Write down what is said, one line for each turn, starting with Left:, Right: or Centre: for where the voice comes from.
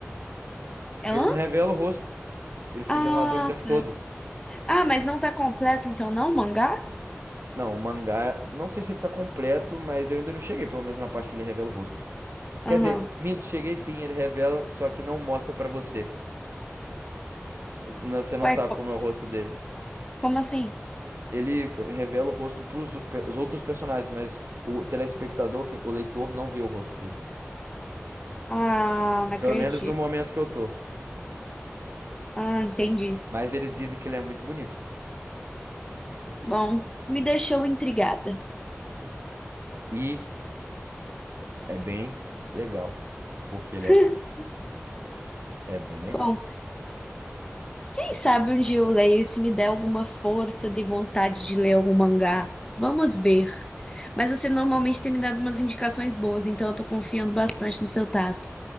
Right: Porque
Left: Ela?
Right: ele não revela o rosto. Ele fica
Left: Ah,
Right: de armadura o tempo todo.
Left: tá. Ah, mas não tá completo então, não, o mangá?
Right: Não, o mangá, não sei se ele tá completo, mas eu ainda não cheguei, pelo menos na parte que ele revela o rosto. Quer
Left: Aham.
Right: dizer, minto, cheguei sim, ele revela, só que não mostra pra você. Não- Você não
Left: Ué,
Right: sabe
Left: co-
Right: como é o rosto dele.
Left: como assim?
Right: Ele revela o rosto pros o- pe- os outros personagens, mas o telespectador, que- o leitor, não vê o rosto dele.
Left: Ah, não
Right: Pelo
Left: acredito.
Right: menos no momento que eu tô.
Left: Ah, entendi.
Right: Mas eles dizem que ele é muito bonito.
Left: Bom, me deixou intrigada.
Right: E é bem legal. Porque ele
Left: <laughs>
Right: é assim. É bem legal.
Left: Bom, quem sabe um dia eu leio e se me der alguma força de vontade de ler algum mangá. Vamos ver. Mas você normalmente tem me dado umas indicações boas, então eu tô confiando bastante no seu tato.